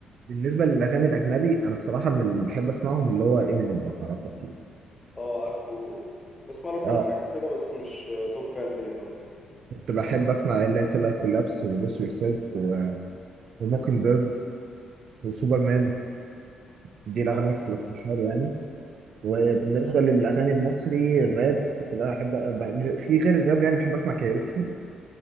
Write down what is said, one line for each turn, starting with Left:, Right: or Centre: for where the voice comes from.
Right: بالنسبه للاغاني الاجنبي انا الصراحه من اللي بحب اسمعهم اللي هو امينيم لو تعرفه اكيد
Left: اه عارفه بسمع له كام
Right: اه
Left: حاجه كده بس مش آه، توب فان ليه أوي
Right: كنت بحب اسمع اللي هي لايك كولابس وبوس يور سيلف وموكن بيرد وسوبرمان دي الاغاني
Left: فاهم.
Right: اللي كنت بسمعها له يعني وبالنسبة للأغاني المصري الراب كنت بقى أحب بقى في غير الراب يعني بحب أسمع كايروكي